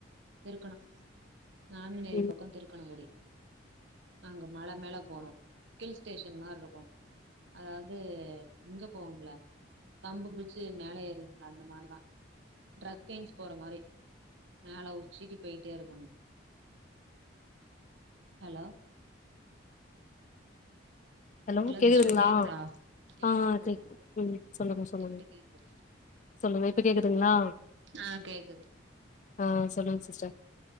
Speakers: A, on the right; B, on the left.
A: திருக்கண நாங்குநெரி
B: ம்
A: பக்கோ திருக்கணங்குடி அங்க மல மேல போனோ கில் ஸ்டேஷன் மார்ருக்கு அதாது இங்க போவோம்ல கம்பு பூச்சே மேல ஏறும்ல அந்த மார்தா ட்ரக்கின்ஸ் போற மாரி மேல உச்சிக்கி பொயிட்டே இருக்குனு ஹலோ
B: ஹலோ கேக்குதுங்களா
A: சிஸ்டர் கேக்குதா கேக்குது
B: ஆ கேக்து
A: உங்க
B: ம் சொல்லுங்க
A: விட்டு
B: சொல்லுங்க
A: விட்டு கேக்குது
B: சொல்லுங்க இப்ப கேக்குதுங்களா
A: ஆ கேக்குது
B: ஆ சொல்லுங் சிஸ்டர்